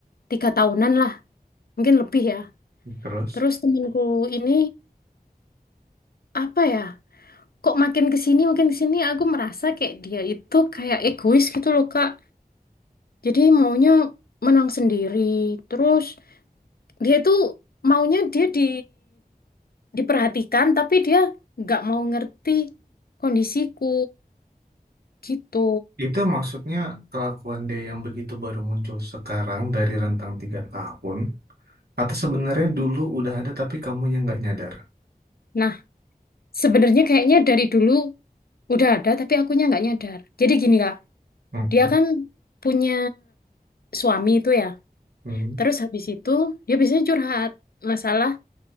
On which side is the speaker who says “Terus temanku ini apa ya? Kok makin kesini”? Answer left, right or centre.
Left